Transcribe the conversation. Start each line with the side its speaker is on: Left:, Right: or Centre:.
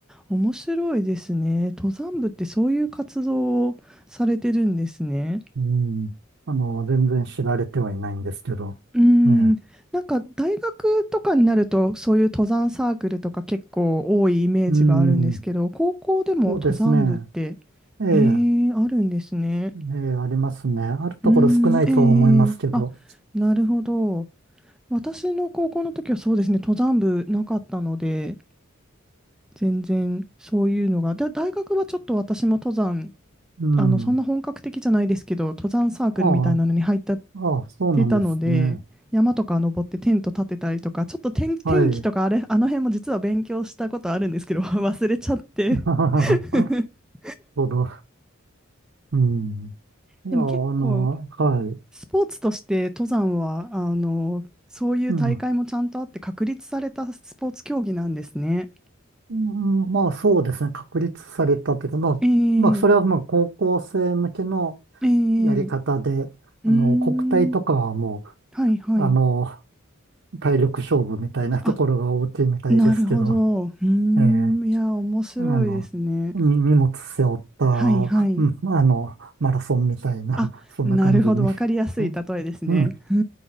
Centre: 面白いですね。登山部ってそういう活動をされてるんですね。
Right: うん。あの、全然知られてはいないんですけど。
Centre: うーん、
Right: ね。
Centre: なんか大学とかになるとそういう登山サークルとか結構多いイメージがあるんですけど、
Right: うん。
Centre: 高校でも登山部って、
Right: そうですね。ええ、
Centre: へえ、あるんですね。
Right: ええ、ありますね。あるところ少ないとは思いますけど。
Centre: うーん、ええええあ、なるほど。私の高校の時はそうですね、登山部なかったので、全然そういうのが、だ、大学はちょっと私も登山
Right: うん。
Centre: あの、そんな本格的じゃないですけど、登山サークルみたいなのに入ったっ
Right: ああ、ああ、そうなんですね。
Centre: てたので、山とか登ってテント立てたりとか、ちょっと天、天気とかあれ、
Right: はい。<laughs>
Centre: あの辺も実は勉強したことあるんですけど、<laughs> 忘れちゃって。
Right: なる
Centre: <laughs>
Right: ほど。うん。いや、
Centre: でも結構、
Right: あの、はい。
Centre: スポーツとして登山は、あの、そういう大会もちゃんとあって確立されたスポーツ競技なんですね。
Right: うん。うんまあそうですね、確立されたというか、まあ、
Centre: ええ
Right: まあそれはまあ高校生向けの
Centre: ええう
Right: やり方で、
Centre: ーん、
Right: あの、国体とかはも
Centre: はいはい。
Right: う、あの、体力勝負みたいなところが大きいみたいですけど、
Centre: あ、なるほど。うーん、
Right: ええ、
Centre: いや、面白いですね。
Right: あの、に荷物背負った、
Centre: はいはい。
Right: うん、あの、マラソンみたいな、
Centre: あ、
Right: そんな感じに。
Centre: なるほど。わかりやすい例えですね。
Right: うん、うん、
Centre: うー